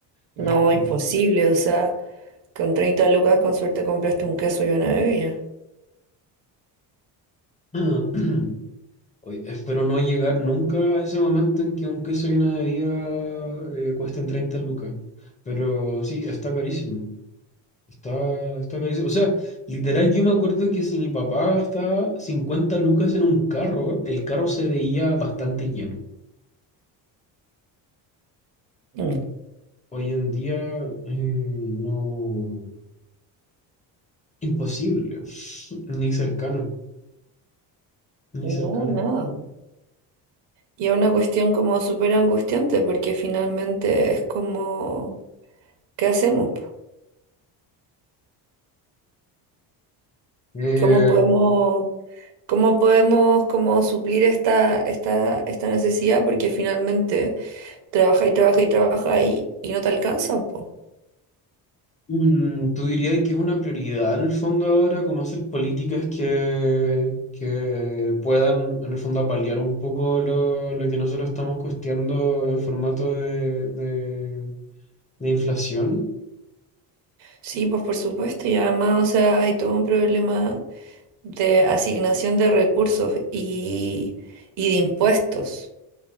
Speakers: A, on the left; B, on the right.
A: Es
B: No,
A: como-
B: imposible, o sea, con 30 lucas con suerte compraste un queso y una bebida.
A: <clears throat> Oye, espero no llegar nunca a ese momento en que un queso y una bebida eh, cuesten 30 lucas. Pero sí, está carísimo. Está, está carísimo. O sea, literal, yo me acuerdo que si mi papá gastaba 50 lucas en un carro, el carro se veía bastante lleno.
B: Mm.
A: Hoy en día, eh, no. Imposible. <laughs> Ni cercano. Ni
B: No,
A: cercano.
B: nada. Y es una cuestión como súper angustiante porque finalmente es como, ¿qué hacemos? po?
A: Eh,
B: ¿Cómo podemos, cómo podemos como suplir esta, esta, esta necesidad? Porque finalmente trabaja y trabaja y trabaja y, y no te alcanza, po.
A: mm, ¿tú dirías que es una prioridad en el fondo ahora, como hacer políticas que, que puedan, en el fondo, paliar un poco lo, lo que nosotros estamos costeando en formato de, de de inflación?
B: Sí, pues por supuesto. Y además, o sea, hay todo un problema de asignación de recursos y, y de impuestos.